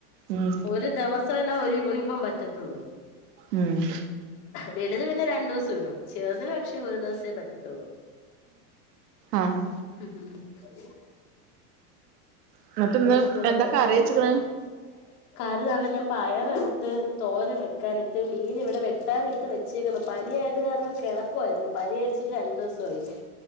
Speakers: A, on the right; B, on the left.
A: ഉം
B: ഒരു ദിവസം <unintelligible> ഒരു യൂണിഫോം പറ്റത്തുള്ളൂ
A: ഉം
B: വലുത് പിന്നെ രണ്ടൂസം ഇടും ചെറുതിന് പക്ഷെ ഒരു ദിവസേ പറ്റത്തുള്ളൂ
A: ആഹ്
B: <inaudible>
A: എന്നിട്ട്
B: അങ്ങനെയൊക്കെള്ള
A: ഇന്ന് എന്താ
B: പ്രശ്നങ്ങളാണ്
A: കറി വെച്ച്ക്ക്ണ്
B: <unintelligible> പയർ എടുത്ത് തോരം വെക്കാനിട്ട് മീൻ ഇവിടെ വെട്ടാന് എടുത്ത് വെച്ചേക്കുന്നു. പനി ആയത് കാരണം കിടക്കുവായിരുന്നു പനി പിടിച്ചിട്ട് രണ്ടൂസായി